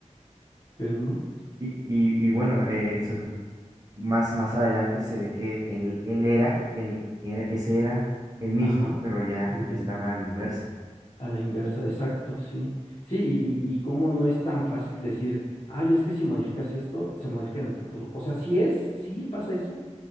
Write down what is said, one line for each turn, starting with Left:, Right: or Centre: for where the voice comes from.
Left: pero no,
Right: y, y, y bueno, eh, se más, más adelante se ve que él, él era, él era, ese era el mismo,
Left: ajá,
Right: pero ya,
Left: el mismo,
Right: ya estaba a la inversa.
Left: a la inversa, exacto, sí, sí, y, y, y cómo no es tan fácil decir, ay, es que si modificas esto, se modifica en el futuro, o sea, sí es, sí pasa eso,